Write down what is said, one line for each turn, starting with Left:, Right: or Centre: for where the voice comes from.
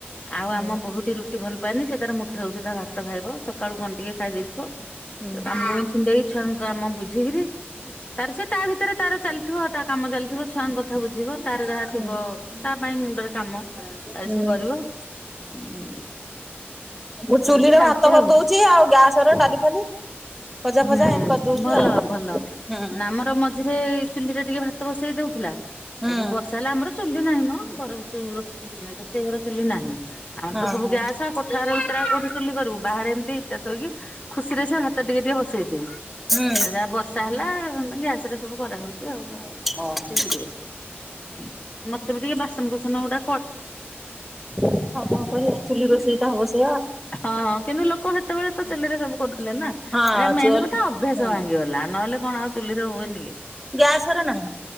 Left: ଆଉ
Centre: ଓ
Left: ଆମ ବୋହୁଟି ରୁଟି ଭଲ ପାଏନି ସେ ତାର ମୁଠେ ସୁଦ୍ଧା ଭାତ ଖାଇବ ସକାଳୁ କଣ ଟିକେ ଖାଇ ଦେଇଥିବ?
Centre: ହୁଁ
Left: ତ କାମ ଛିଣ୍ଡେଇ ଛୁଆଙ୍କ କାମ ବୁଝିକିରି ତାର ସେ ତା ଭିତରେ ତାର ଚାଲିଥିବ ତା କାମ ଚା ଚାଲିଥିବ ଛୁଆଙ୍କ କଥା ବୁଝିବ ତାର ଯାହା
Centre: ହୁଁ।
Left: ଥିବ ତା ପାଇଁ ମୁଣ୍ଡରେ କାମ ତାର
Centre: ହୁଁ
Left: ସେ କରିବ ହୁଁ।
Centre: ମୁଁ ଚୁଲିରେ
Left: ଏମିତି ଚାଲିଛି
Centre: ଭାତ କରିଦଉଛି
Left: ଆଉ।
Centre: ଆଉ ଗ୍ୟାସ ର ଡାଲି ଫାଲି ଭଜା
Left: ହୁଁ
Centre: ଫଜା ଏମିତି କରିଦଉଛି
Left: ଭଲ
Centre: ଆଉ
Left: ଭଲ
Centre: ହୁଁ
Left: ଆମର ମଝିରେ ଚୁଲିରେ ଟିକେ ଭା ଭାତ ବସେଇ ଦଉଥିଲା
Centre: ହୁଁ
Left: ଏଇ ଯୋଉ ବର୍ଷା ହେଲା ଆମର ଚୁଲି ନାହିଁ ନ ଘର ଭି ରୋଷେଇ ଘର ଚୁଲି ନାହିଁ। ଆମର
Centre: ହଁ
Left: ତ ସବୁ
Centre: ହଁ
Left: ଗ୍ୟାସ୍ ଆ କୋଠା ଘର ଭିତରେ ଆଉ କୋଉଠି ଚୁଲି କରିବୁ ବାହାରେ ଏମିତି ଇଟା ଥୋଇକି ଖୁସିରେ ସେ ଭାତ ଟିକେ ଟିକେ ବସେଇ ଦିଏ
Centre: ହୁଁ
Left: ଆଉ ଯାହା ବର୍ଷା ହେଲା ମାନେ ଗ୍ୟାସ ରେ ସବୁ କରାହଉଛି ଆଉ ଆଉ
Centre: ଓହୋ
Left: କିଛି ସୁବିବ ନି ମତେ ବି ଟିକେ ବାସ ବାସନ କୁସନ ଗୁଡ଼ା
Centre: ହଁ କଣ କରିବା ଚୁଲି ରୋଷେଇ ତ ହବ ସେଆ।
Left: ହଁ କିନ୍ତୁ ଲୋକ ହେତେବେଳେ ତ ଚୁଲିରେ ସବୁ କରୁଥିଲେ ନା ଏଟା
Centre: ହଁ
Left: ମେନ୍
Centre: ଚୁଲି
Left: କଥା ଅଭ୍ୟାସ
Centre: ହୁଁ
Left: ଭାଙ୍ଗିଗଲା। ନହେଲେ କଣ ଆଉ ଚୁଲିରେ ହୁଏନି କି?
Centre: ଗ୍ୟାସ୍ ରେ ନାହିଁ।